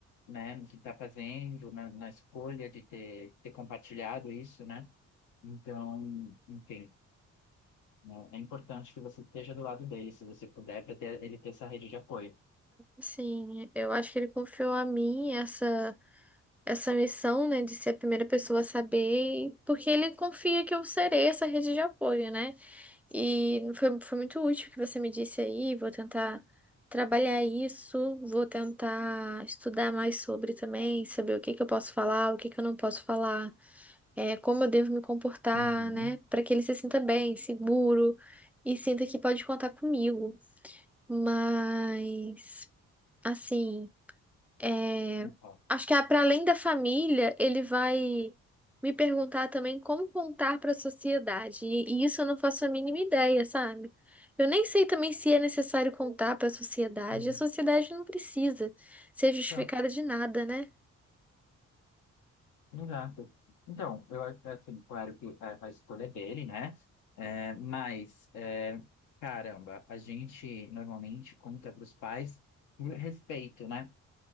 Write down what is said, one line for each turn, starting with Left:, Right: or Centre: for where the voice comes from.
Left: né, no que tá fazendo, na, na escolha de ter, ter compartilhado isso, né? Então, enfim, né, é importante que você esteja do lado dele, se você puder, para ter, ele ter essa rede de apoio.
Centre: Sim, eu acho que ele confiou a mim essa essa missão, né, de ser a primeira pessoa a saber, porque ele confia que eu serei essa rede de apoio, né? E foi, foi muito útil o que você me disse aí. Vou tentar trabalhar isso, vou tentar estudar mais sobre também, saber o que que eu posso falar, o que que eu não posso falar, é, como eu devo me comportar,
Left: Uhum.
Centre: né, para que ele se sinta bem, seguro e sinta que pode contar comigo. Mas, assim. É,
Left: Então,
Centre: acho que para além da família, ele vai me perguntar também como contar para a sociedade. E, e isso eu não faço a mínima ideia, sabe? Eu nem sei também se é necessário contar para a sociedade.
Left: uhum.
Centre: A sociedade não precisa ser justificada
Left: Tá.
Centre: de nada, né?
Left: Exato. Então, eu acho assim, claro que a, a escolha é dele, né? É, mas, é, caramba, a gente normalmente conta para os pais por respeito, né?